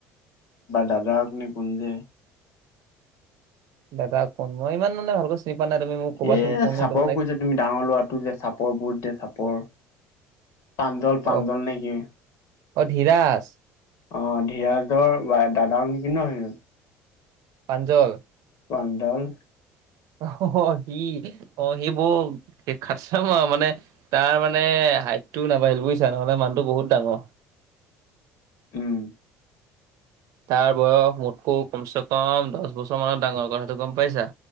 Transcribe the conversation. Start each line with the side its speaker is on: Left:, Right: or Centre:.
Left: দাদাক কোন যে
Right: দাদা কোন মই ইমান মানে ভালকৈ চিনি পোৱা নাই তুমি মোক ক'বাচোন
Left: এ
Right: কোন
Left: চাপৰ
Right: সেইটো মানে
Left: কৈ যে তুমি ডাঙৰ লৰাটো যে চাপৰ বহুত যে চাপৰ প্ৰাঞ্জল
Right: অ
Left: প্ৰাঞ্জল নে কি
Right: অ, ধীৰাজ।
Left: অ, ধৰাজৰ দাদা অক নেকি ন সেইজন?
Right: প্ৰাঞ্জল।
Left: প্ৰাঞ্জল।
Right: অ, সি, অ, সি বৰ খাটছাম <unintelligible> মানে তাৰ মানে হাইটটো নাবাঢ়িল বুজিছা, নহ'লে মানুহটো বহুত ডাঙৰ।
Left: উম।
Right: তাৰ বয়স মোতকৈও কমচে কম দহ বছৰ মানৰ ডাঙৰ, কথাটো গম পাইছা।